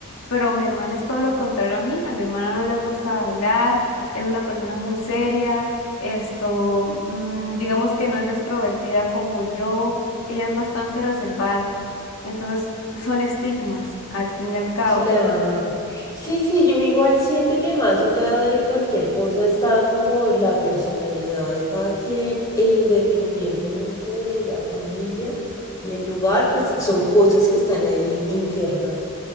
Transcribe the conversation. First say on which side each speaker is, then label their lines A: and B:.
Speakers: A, on the left; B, on the left.
A: pero mi hermana es todo lo contrario a mí. A mi hermana no le gusta bailar, es una persona muy seria, esto, mm, digamos que no es extrovertida como yo, ella es bastante reservada. Entonces, son estigmas, al fin y al cabo.
B: Claro. Sí, sí, yo igual siento que más allá de cualquier cosa está como la personalidad de cada quien e independientemente de la familia y el lugar, pues son cosas que están ahí internas